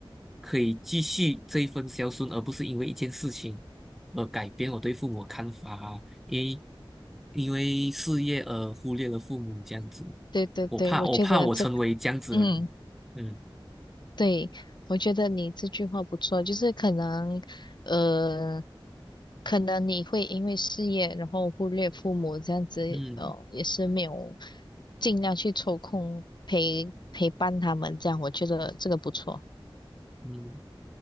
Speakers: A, in the centre; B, on the left.
A: 可以继续这一份孝顺，而不是因为一件事情而改变我对父母的看法啊，因为因为事业而忽略了父母这样子，
B: 对对对，
A: 我怕我怕我成为这样子的人，
B: 我觉得这个。嗯。
A: 嗯
B: 对，我觉得你这句话不错，就是可能，呃，可能你会因为事业，然后忽略父母这样子，
A: 嗯
B: 哦，也是没有尽量去抽空陪陪伴他们，这样我觉得这个不错。
A: 嗯，